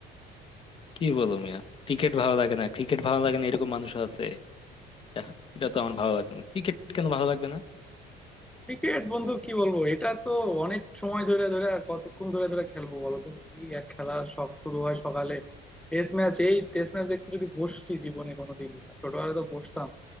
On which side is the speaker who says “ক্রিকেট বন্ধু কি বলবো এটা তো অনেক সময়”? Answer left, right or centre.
Centre